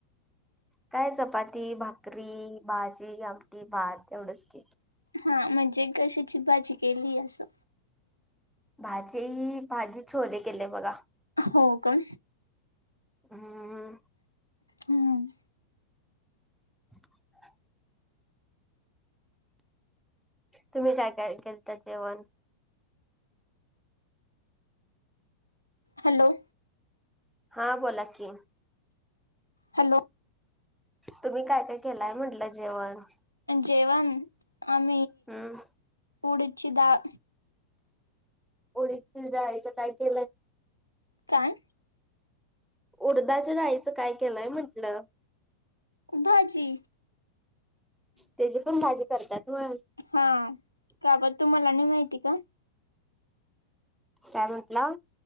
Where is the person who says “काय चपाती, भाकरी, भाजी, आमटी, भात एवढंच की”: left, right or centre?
Centre